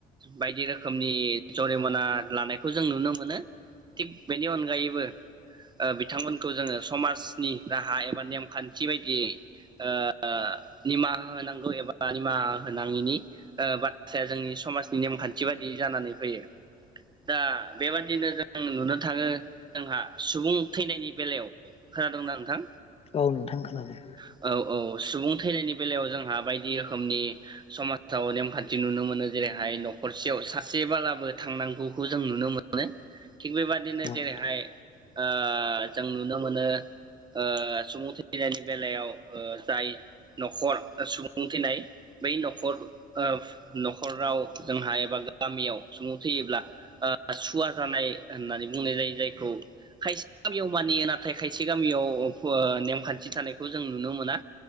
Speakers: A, on the right; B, on the left.
A: बायदि रोखोमनि जरिमना लानायखौ जों नुनो मोनो थिग बेनि अनगायैबो ओ बिथांमोनखौ जोङो समाजनि राहा एबा नेमखान्थि बायदियै ओ निमाहा होनोनांगौ एबा निमाहा होनाङिनि बाथ्राया जोंनि समाज। नेमखान्थि बादि जानानै फैयो दा बेबादिनो जों नुनो थाङो जोंहा सुबुं थैनायनि बेलायाव खोनादोंना नोंथां?
B: औ नोंथां खोनादों।
A: औ औ सुबुं थैनायनि बेलायाव जोंहा बायदि रोखोमनि समाजाव नेमखान्थि नुनो मोनो जेरै थाय न'खरसेयाव सासे बालाबो थांनांगौखौ जों नुनो मोनो थिग बेबादिनो
B: औ
A: जेरैहाय
B: नोंथां
A: ओ जों नुनो मोनो ओ सुबुं थैनायनि बेलायाव ओ जाय न'खर सुबुं थैनाय बै न'खर ओ न'खराव। जोंहा एबा गामियाव सुबुं थैयोब्ला ओ सुवा जानाय होननानै बुंनाय जायो जायखौ खायसे गामियाव मानियो नाथाय खायसे गामियाव नेमखान्थि थानायखौ जों नुनो मोना